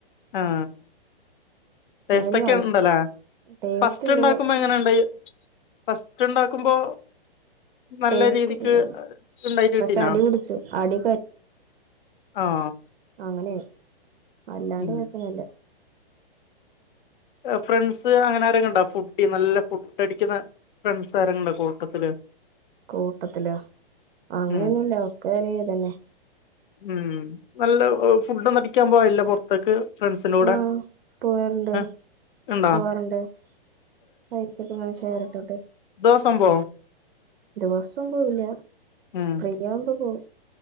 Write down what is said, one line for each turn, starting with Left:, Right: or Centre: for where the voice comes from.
Left: ആഹ് ടേസ്റ്റൊക്കെ
Right: എന്നാലും അടി
Left: ഉണ്ടലെ
Right: ടേസ്റ്റ്
Left: ഫസ്റ്റ്
Right: ഉണ്ട്
Left: ഉണ്ടാക്കുമ്പോ എങ്ങനെ ഉണ്ടായി ഫസ്റ്റ് ഉണ്ടാക്കുമ്പോ നല്ല
Right: ടേസ്റ്റ്
Left: രീതിക്ക്
Right: ഉണ്ടായിരുന്നു
Left: ഉണ്ടായിട്ട് കിട്ടിനാ
Right: പക്ഷെ അടി പിടിച്ചു അടി
Left: ആഹ്
Right: അങ്ങനെയ അല്ലാണ്ട്
Left: ഉം
Right: കൊഴപ്പം ഒന്നുല്ല
Left: ഫ്രണ്ട്സ് അങ്ങനെആരെങ്കിലും ഉണ്ടാ ഫുഡ്ഢി നല്ല ഫുഡ് അടിക്കുന്ന ഫ്രൻസ് ആരെങ്കിലുണ്ടോ കൂട്ടത്തില്
Right: കൂട്ടത്തില അങ്ങനെയൊന്നുല്ല
Left: ഉം
Right: ഒക്ക ഒര് ഇതന്നെ
Left: ഉം നല്ല ഫുഡൊന്നും അടിക്കാൻ പോവല്ല പുറത്തേക്ക് ഫ്രണ്ട്സിന്റെ കൂടെ
Right: ആഹ് പോയാ ഇണ്ട്
Left: ഏഹ് ഉണ്ടോ
Right: പോവാറുണ്ട് പൈസൊക്കെ ഇങ്ങനെ ഷെയർ ഇട്ടട്ട്
Left: ദോസം പോം
Right: ദിവസോം പോവൂല്ല
Left: ഉം
Right: ഫ്രീയാവുമ്പ പോം